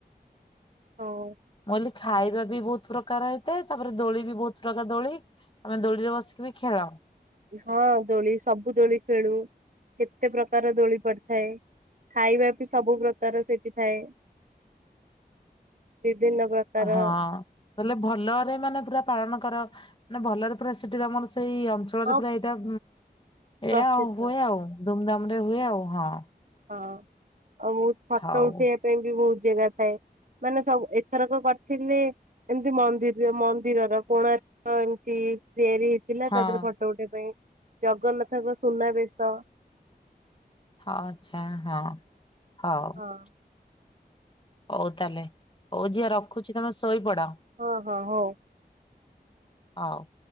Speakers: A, on the right; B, on the left.
A: ହଉ।
B: ମୁଁ କହିଲି କି ଖାଇବା ବି ବହୁତ ପ୍ରକାର ହେଇଥାଏ। ତାପରେ ଦୋଳି ବି ବହୁତ ପ୍ରକାର ଦୋଳି। ତମେ ଦୋଳିରେ ବସିକି ବି ଖେଳ?
A: ହଁ ଦୋଳି ସବୁ ଦୋଳି ଖେଳୁ କେତେ ପ୍ରକାର ଦୋଳି ପଡିଥାଏ ଖାଇବା ବି ସବୁ ପ୍ରକାର ସେଠି ଥାଏ। ବିଭିନ୍ନ ପ୍ରକାର
B: ହଁ ତାହଲେ ଭଲରେ ମାନେ ପୁରା ପାଳନ କର। ମାନେ ଭଲରେ ପୁରା ସେଠି ତମର ସେଇ ଅଞ୍ଚଳରେ
A: ହଁ
B: ପୁରା ଏଇଟା
A: ପ୍ରସିଦ୍ଧ
B: ଏହା ହୁଏ ଆଉ। ଧୁମଧାମ ରେ ହୁଏ ଆଉ ହଁ ।
A: ହଁ। ଆଉ ମୁଁ ଫଟୋ
B: ହଉ।
A: ଉଠେଇବା ପାଇଁ ବି ବହୁତ ଜାଗା ଥାଏ ମାନେ ସବୁ ଏଥରକ କରିଥିଲେ ଏମିତି ମନ୍ଦିର ମନ୍ଦିରର କୋଣାର୍କ ଏମତି ତିଆରି ହେଇଥିଲା
B: ହଁ
A: ତା ଦେହର ଫଟୋ ଉଠେଇବା ପାଇଁ ଜଗନ୍ନାଥଙ୍କ ସୁନାବେଶ ।
B: ହଁ ଆଛା ହଁ ହଉ
A: ହଁ
B: । ହଉ ତାହେଲେ। ହଉ ଝିଅ ରଖୁଛି ତମେ ଶୋଇପଡ ।
A: ହଁ ହଁ ହଉ।
B: ହଉ।